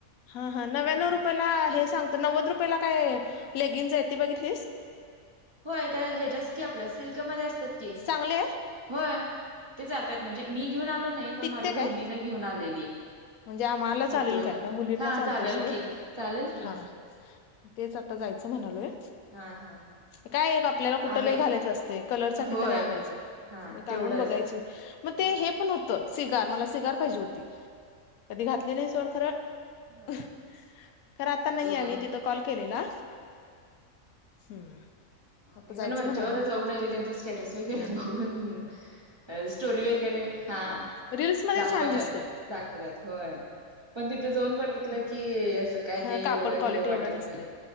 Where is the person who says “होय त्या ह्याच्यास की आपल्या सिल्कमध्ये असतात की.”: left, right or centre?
Right